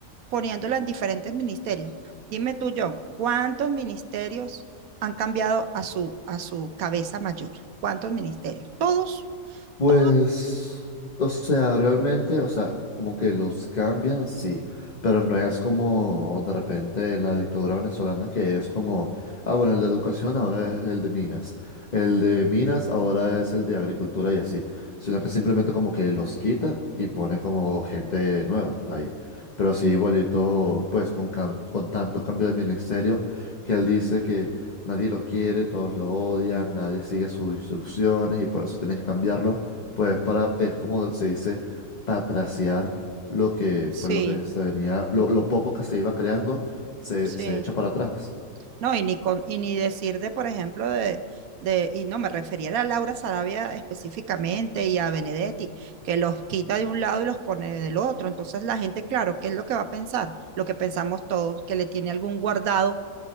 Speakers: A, on the right; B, on the left.
A: poniéndola en diferentes ministerios. Dime tú, John, ¿cuántos ministerios han cambiado a su, a su cabeza mayor? ¿Cuántos ministerios? ¿Todos?
B: Pues,
A: ¿Todos?
B: o sea, realmente, o sea, como que los cambian, sí, pero no es como de repente en la dictadura venezolana que es como, ah, bueno, el de educación ahora es el de minas, el de minas ahora es el de agricultura y así, sino que simplemente como que los quita y pone como gente nueva ahí. Pero así igualito, pues con, cam- con tanto cambio de ministerio que él dice que nadie lo quiere, todos lo odian, nadie sigue sus instrucciones y por eso tiene que cambiarlo pues para, es como se dice, patraciar lo que,
A: Sí,
B: pues lo que se venía, lo, lo poco que se iba creando, se,
A: sí.
B: se echa para atrás.
A: No, y ni, con, y ni decir de, por ejemplo, de, de, y no me refería a Laura Sarabia específicamente y a Benedetti, que los quita de un lado y los pone del otro. Entonces la gente, claro, ¿qué es lo que va a pensar? Lo que pensamos todos, que le tiene algún guardado